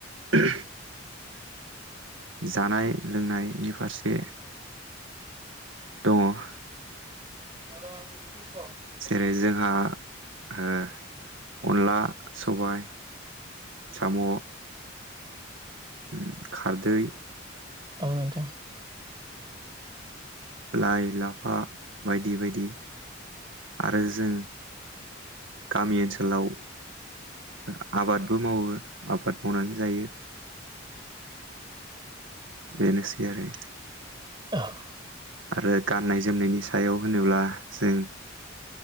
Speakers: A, on the right; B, on the right.
A: <unintelligible> जानाय लोंनाय नि फारसे दङ'
B: <inaudible>
A: जेरै जोंहा ओह अनला सबाइ साम' उम खारदै
B: औ नोंथां।
A: लाय लाफा बायदि बायदि। आरो जों गामि ओनसोलआव ओ आबादबो मावो आबाद मावनानै जायो। बेनोसै आरो।
B: <inaudible>
A: आरो गाननाय जोमनायनि सायाव होनोब्ला जों